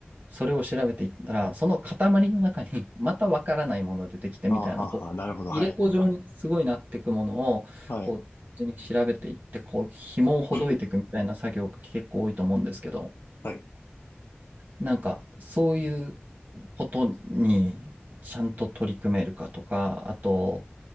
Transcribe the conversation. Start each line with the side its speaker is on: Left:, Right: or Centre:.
Right: それを調べていったら、その塊の中に <laughs> またわからないものが出てきてみたいな、
Left: あはあはあ、
Right: こう、
Left: なるほど、
Right: 入れ子状にすごいなっていくものを、
Left: はい。はい。
Right: こう、同時に調べていって、こう、紐をほどいていくみたいな作業が結構多いと思うんですけど、
Left: <coughs> はい。
Right: なんか、そういうことにちゃんと取り組めるかとか、あと、